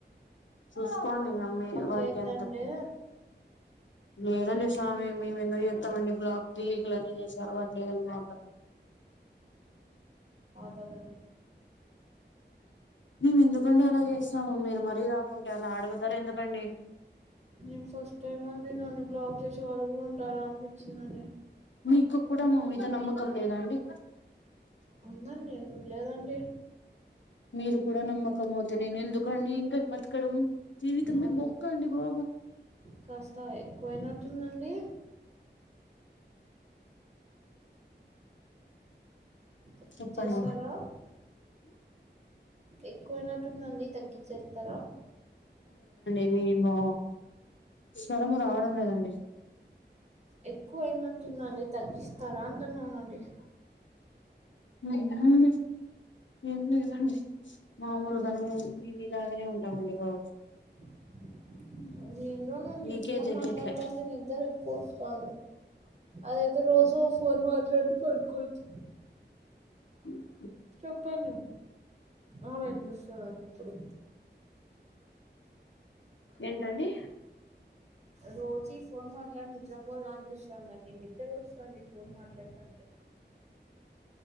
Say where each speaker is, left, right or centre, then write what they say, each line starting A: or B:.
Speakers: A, on the left; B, on the right.
A: చూస్కోండి నమ్మి వాడికి
B: చేయొద్దండి
A: ఎంత లేదండి
B: మీరు ఎవరిని
A: సామీ మేమెందో కొత్తమండి బ్లాక్ ఢిల్లీకులన్నీ చేశారు అవట్లేదన్నమాట
B: జాగండి
A: మేము ఎందుకండి అలా చేస్తాము మీరు మరీ కాకుంటే అలా అడుగుతారు ఎందుకండి
B: నేను ఫస్ట్ టైమ్ అండి నన్ని బ్లాక్ చేసి వాళ్ళు కూడా ఉంటారా అనిపించిందండి
A: మీకు కూడా మా మీద నమ్మకం లేదా అండి
B: ఉందండి ఎందుకు లేదండి
A: మీరు కూడా నమ్మక పోతే నేను ఎందుకండి ఇంకా బతకడం జీవితమే
B: ఆ,
A: బొక్క అండి బాబు
B: కాస్త ఎక్కువయినట్టుందండి తగ్గించేస్తారా
A: చెప్పను
B: ఎక్కువయినట్టుందండి తగ్గించేస్తారా
A: మేము స్వరము రావడం లేదండి
B: ఎక్కువ అయినట్టుందండి తగ్గిస్తారా అంటన్నండి
A: లేదండి ఏం లేదండి మామూలుగానే మేము ఇలాగనే ఉంటామండి బాబు
B: <inaudible> ఏందోనండి
A: మీకే
B: ఈ ఫోన్
A: తెలియట్లే
B: మాట్లాడుతాంటే నిద్దర ఎక్కువ చ అదేదో రోజు ఓ ఫోన్ మాట్లాడితె పడుకోవచ్చు
A: ఇ
B: చెప్పండి ఆ వినిపిస్తాది ఇప్పుడు
A: ఏంటండి
B: రోజు ఈ ఫోన్ మాట్లాడి నిద్రపోల్ల అనిపిస్తండండి నిద్ర వస్తాంది ఈ ఫోన్ మాట్లాడుతాంటే